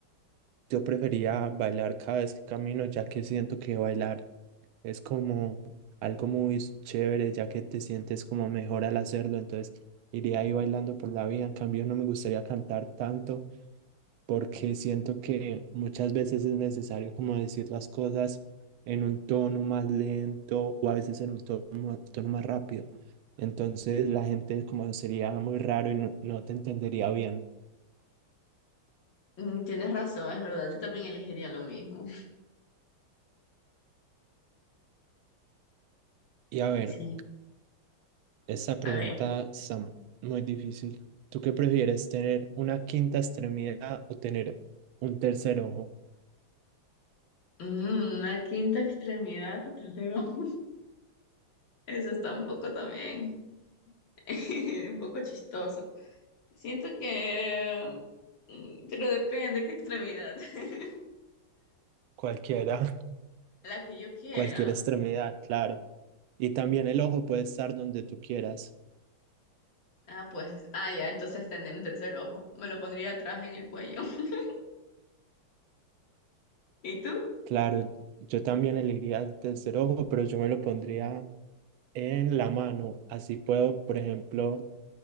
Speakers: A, on the right (about 80°); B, on the left (about 65°).
A: yo prefería bailar cada vez que camino, ya que siento que bailar Es como algo muy chévere, ya que te sientes como mejor al hacerlo, entonces iría ahí bailando por la vida. En cambio, no me gustaría cantar tanto porque siento que muchas veces es necesario como decir las cosas en un tono más lento o a veces en un tono, tono más rápido. Entonces la gente como sería muy raro y no, no te entendería bien.
B: Mm, Tienes razón, es verdad, yo también elegiría lo mismo.
A: Y a ver,
B: Sí,
A: Esta pregunta
B: a ver.
A: está muy difícil. ¿Tú qué prefieres, tener una quinta extremidad o tener un tercer ojo?
B: mm, Una quinta extremidad, o tercero. <laughs> Eso está un poco también, <laughs> un poco chistoso. Siento que, mm, pero depende qué extremidad. <laughs>
A: Cualquiera,
B: La que yo
A: <laughs>
B: quiera.
A: cualquier extremidad, claro. Y también el ojo puede estar donde tú quieras.
B: Ah, pues, ah, ya, entonces tener un tercer ojo. Me lo pondría atrás en el cuello. <laughs> ¿Y tú?
A: Claro, yo también elegiría el tercer ojo, pero yo me lo pondría en la mano. Así puedo, por ejemplo,